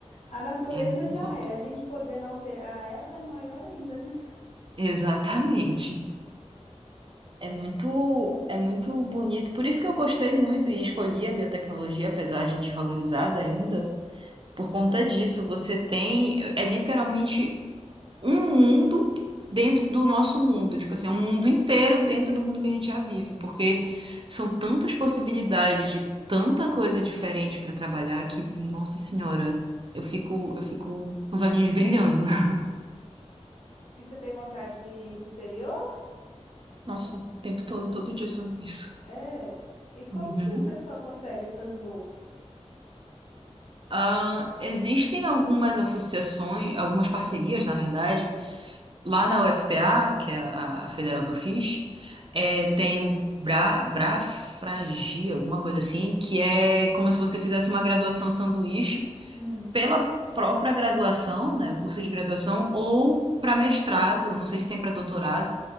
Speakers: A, on the left (about 70°); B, on the right (about 45°).
A: A natureza
B: é muito
A: já
B: amplo.
A: é, a gente podendo alterar ela é maior ainda, né?
B: Exatamente. É muito, é muito bonito. Por isso que eu gostei muito e escolhi a biotecnologia, apesar de desvalorizada ainda. Por conta disso, você tem. É literalmente um mundo dentro do nosso mundo. Tipo assim, é um mundo inteiro dentro do mundo que a gente já vive. Porque são tantas possibilidades de tanta coisa diferente para trabalhar que, nossa senhora, eu fico, eu fico com os olhinhos brilhando. <laughs>
A: E você tem vontade de ir para o exterior?
B: Nossa, o tempo todo, todo dia eu sonho isso.
A: É. E como
B: Uhum.
A: que o pessoal consegue essas bolsas?
B: Ah, existem algumas associações, algumas parcerias, na verdade Lá na UFPA, que é a, a federal que eu fiz, é, tem o bra, brafragia, alguma coisa assim, que é como se você fizesse uma graduação sanduíche
A: Hum,
B: pela própria graduação, né, o curso de graduação, ou para mestrado, não sei se tem para doutorado,